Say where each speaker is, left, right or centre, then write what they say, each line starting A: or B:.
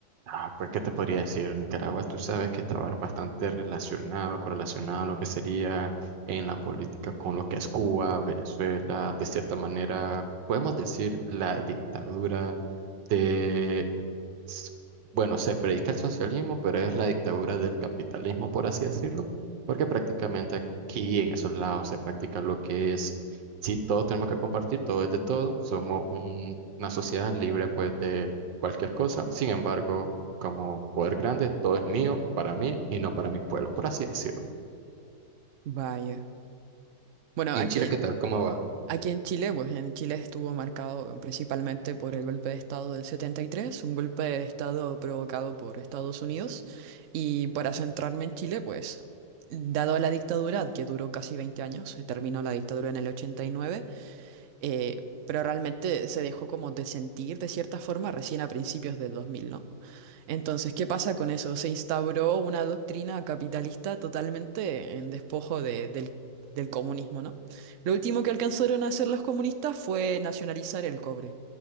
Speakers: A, on the right; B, on the right.
A: Ah, pues, ¿qué te podría decir? Nicaragua, tú sabes que estaba bastante relacionado, correlacionado a lo que sería en la política con lo que es Cuba, Venezuela, de cierta manera, podemos decir la dictadura de, s- bueno, se predica el socialismo, pero es la dictadura del capitalismo, por así decirlo, porque prácticamente aquí en esos lados se practica lo que es, si todos tenemos que compartir, todo es de todo, somos un- una sociedad libre pues de cualquier cosa, sin embargo como poder grande, todo es mío, para mí y no para mi pueblo, por así decirlo.
B: Vaya. Bueno,
A: ¿Y
B: aquí,
A: en Chile qué tal? ¿Cómo va?
B: aquí en Chile, pues en Chile estuvo marcado principalmente por el golpe de Estado del 73, un golpe de Estado provocado por Estados Unidos. Y para centrarme en Chile, pues, dado la dictadura, que duró casi 20 años, se terminó la dictadura en el 89, eh, pero realmente se dejó como de sentir de cierta forma recién a principios del 2000, ¿no? Entonces, ¿qué pasa con eso? Se instauró una doctrina capitalista totalmente en despojo de- del, del comunismo, ¿no? Lo último que alcanzaron a hacer los comunistas fue nacionalizar el cobre.